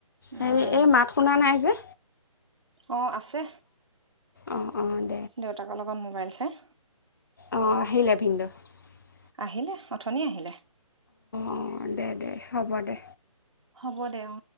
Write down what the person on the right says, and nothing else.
উম
অ আছে
দেউতাকৰ লগত মোবাইল চাই
আহিলে অথনি আহিলে
হ'ব দে অ